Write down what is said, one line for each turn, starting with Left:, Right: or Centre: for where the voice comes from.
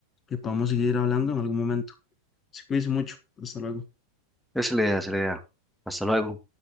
Left: que podamos seguir hablando en algún momento. Se cuídense mucho. Hasta luego.
Centre: Esa es la idea, esa es la idea. Hasta luego.